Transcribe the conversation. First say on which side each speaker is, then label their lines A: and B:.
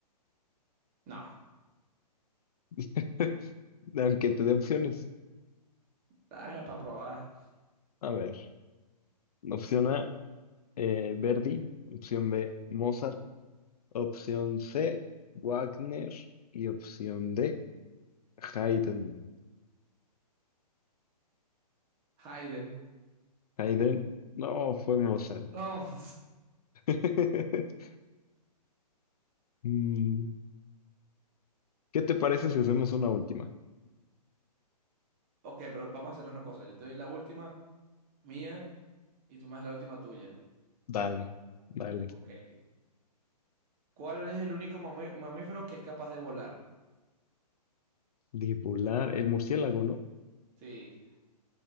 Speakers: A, on the right (about 30°); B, on the left (about 65°).
A: No,
B: <laughs> Aunque te dé opciones.
A: ah, era para probar.
B: A ver. Opción A, eh, Verdi. Opción B, Mozart. Opción C, Wagner. Y opción D, Haydn.
A: Hayden.
B: Haydn, no, fue Mozart.
A: No. <laughs>
B: <laughs> Mm, ¿Qué te parece si hacemos una última?
A: Ok, pero vamos a hacer una cosa. Yo te doy la última mía y tú me das la última tuya.
B: Dale, dale.
A: Ok. ¿Cuál es el único mamí- mamífero que es capaz de volar?
B: Dibular, el murciélago, ¿no?
A: Sí,